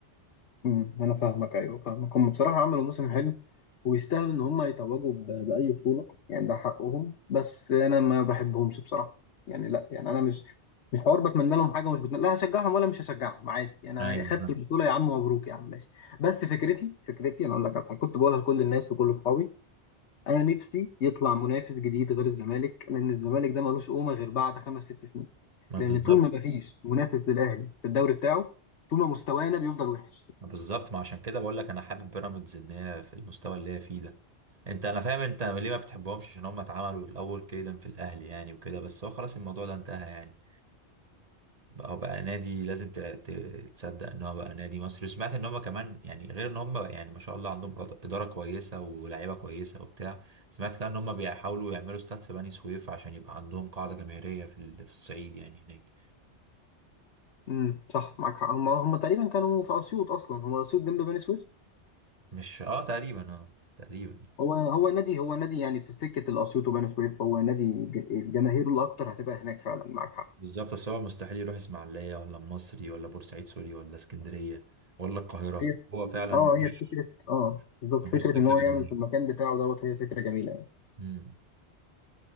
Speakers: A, on the left; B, on the right.
A: امم انا فاهمك ايوه فاهمك هم بصراحه عملوا موسم حلو ويستاهلوا ان هم يتوجوا ب- باي بطوله يعني ده حقهم بس انا ما بحبهمش بصراحه يعني لا يعني انا مش مش حوار بتمنى لهم حاجه ومش بتمنى لا هشجعهم ولا مش هشجعهم عادي انا
B: ايوه
A: خدت البطوله يا عم مبروك يا عم ماشي بس فكرتي فكرتي انا اقول لك على حاجه كنت بقولها لكل الناس وكل اصحابي انا نفسي يطلع منافس جديد غير الزمالك لان الزمالك ده ملوش قومه غير بعد خمس ست سنين
B: ما
A: لان
B: بالظبط
A: طول ما مفيش منافس للاهلي في الدوري بتاعه طول ما مستوانا بيفضل وحش
B: بالظبط ما عشان كده بقول لك انا حابب بيراميدز ان هي في المستوى اللي هي فيه ده انت انا فاهم انت ليه ما بتحبهمش عشان هم اتعملوا في الاول كيدا في الاهلي يعني وكده بس هو خلاص الموضوع ده انتهى يعني بقى هو بقى نادي لازم ت- ت- تصدق ان هو بقى نادي مصري وسمعت ان هم كمان يعني غير ان هم يعني ما شاء الله عندهم رد- اداره كويسه ولاعيبه كويسه وبتاع سمعت كمان ان هم بيحاولوا يعملوا استاد في بني سويف عشان يبقى عندهم قاعده جماهيريه في ال- في الصعيد يعني هناك
A: امم صح معاك حق هم هم تقريبا كانوا في اسيوط اصلا هو اسيوط جنب بني سويف
B: مش اه تقريبا اه تقريبا
A: هو هو نادي هو نادي يعني في سكه الاسيوط وبني سويف هو نادي ج- الجماهير الاكتر هتبقى هناك فعلا معاك حق
B: بالظبط بس هو مستحيل يروح اسماعيليه ولا المصري ولا بورسعيد سوري ولا اسكندريه ولا القاهره
A: هي ف-
B: هو فعلا
A: اه
B: ملوش
A: هي فكره اه بالظبط
B: ملوش
A: فكره
B: سكه
A: ان هو
B: غير
A: يعمل في المكان بتاعه دوت هي فكره جميله يعني
B: امم